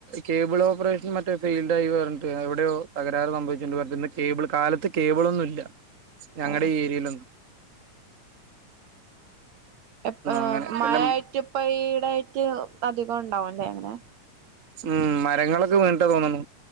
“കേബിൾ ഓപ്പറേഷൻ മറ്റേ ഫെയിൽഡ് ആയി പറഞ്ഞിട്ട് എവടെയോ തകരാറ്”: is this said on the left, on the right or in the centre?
Right